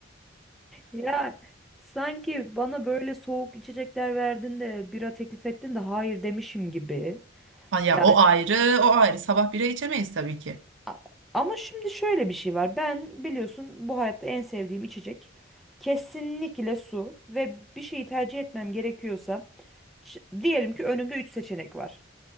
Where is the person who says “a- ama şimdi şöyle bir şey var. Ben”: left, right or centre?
Centre